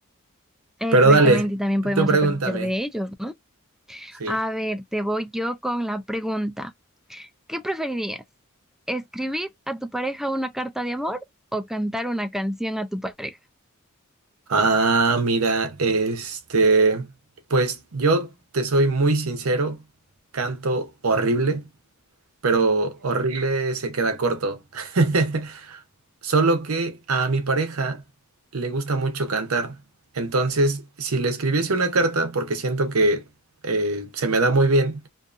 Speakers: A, in the centre; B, on the right.
A: Exactamente,
B: Pero dale,
A: y también podemos
B: tú pregúntame.
A: aprender de ellos, ¿no?
B: Sí.
A: A ver, te voy yo con la pregunta. ¿Qué preferirías? ¿Escribir a tu pareja una carta de amor o cantar una canción a tu pareja?
B: Ah, mira, este, pues yo te soy muy sincero, canto horrible. pero horrible se queda corto. <laughs> Solo que a mi pareja le gusta mucho cantar. Entonces, si le escribiese una carta, porque siento que eh, se me da muy bien,